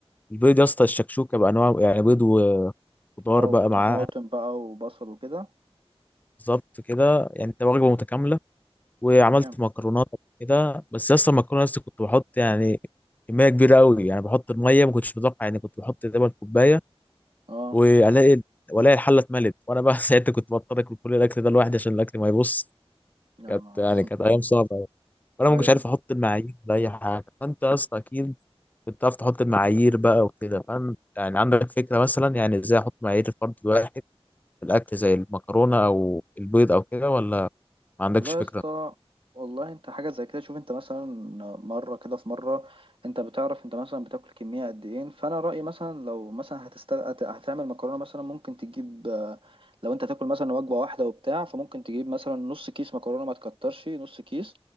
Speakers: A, on the left (about 15°); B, on the right (about 55°).
A: البيض يا اسطى الشكشوكه بانواع يعني بيض خضار
B: اه
A: بقى
B: وطماطم
A: معاه
B: بقى وبصل وكده
A: بالظبط كده يعني انت وجبه متكامله وعملت
B: تمام
A: مكرونات قبل كده بس اصلا المكرونه لسه كنت بحط يعني كميه كبيره قوي يعني بحط الميه ما كنتش متوقع يعني كنت بحط تقريبا كوبايه
B: اه
A: والاقي والاقي الحله اتملت وانا بقى <laughs> ساعتها كنت بضطر اكل كل الاكل ده لوحدي عشان الاكل ما يبص
B: يا
A: كانت
B: نهار
A: يعني كانت ايام صعبه أوي. وانا
B: ايوه
A: ما كنتش عارف احط المعايير لاي حاجه فانت يا اسطى اكيد كنت عارف تحط المعايير بقى وكده فاهم يعني عندك فكره مثلا يعني ازاي احط معايير الفرد الواحد في الاكل زي المكرونه او البيض او كده ولا ما عندكش
B: والله
A: فكرة
B: يا اسطى والله انت حاجه زي كده شوف انت مثلا مره كده في مره انت بتعرف انت مثلا بتاكل كميه قد ايه فانا رايي مثلا لو مثلا هتستغ... هت- هتعمل مكرونه مثلا ممكن تجيب آه، لو انت تاكل مثلا وجبه واحده وبتاع فممكن تجيب مثلا نص كيس مكرونه ما تكترش نص كيس